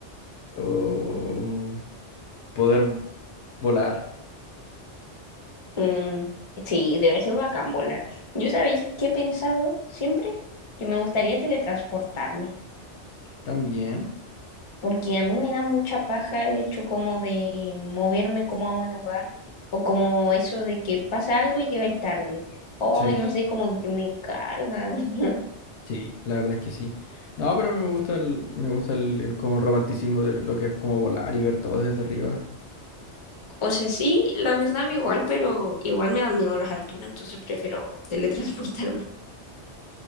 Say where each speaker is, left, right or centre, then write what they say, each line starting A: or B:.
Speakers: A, on the left; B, on the left.
A: O poder v- volar
B: <laughs> mm, sí, debe ser bacán volar. Yo sabéis que he pensado siempre que me gustaría teletransportarme.
A: también.
B: porque a mí me da mucha paja el hecho como de moverme como a un lugar o como eso de que pasa algo y llegáis tarde. Ay,
A: Sí,
B: no sé, como que me cargan. <laughs>
A: sí, la verdad es que sí. No, pero me gusta el, me gusta el, el como romanticismo de lo que es como volar y ver todo desde arriba.
B: O sea, sí, la verdad me igual, pero igual me dan miedo las alturas, entonces prefiero teletransportarme.